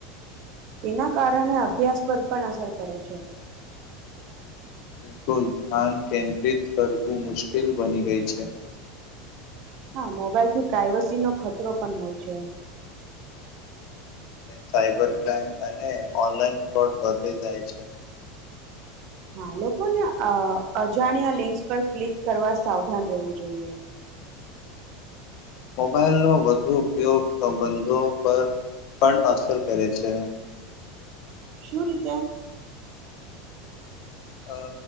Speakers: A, on the right (about 45°); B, on the left (about 50°).
A: એના કારણે અભ્યાસ પર પણ અસર પડે છે
B: બિલકુલ ધ્યાન કેન્દ્રિત કરવું મુશ્કેલ બની ગઈ છે.
A: હા મોબાઈલ થી પ્રઇવસી નો ખતરો પણ હોય છે.
B: સાઈબર ક્રાઈમ અને ઓનલાઈન ફો વધી જાય છે.
A: હા લોકોને અ અજાણ્યા લિંકસ પર ક્લિક કરવા સાવધાન રહેવું જોઈએ.
B: મોબાઈલનો વધુ ઉપયોગ સંબંધો પર પણ અસર કરે છે.
A: શું રીતે?
B: અ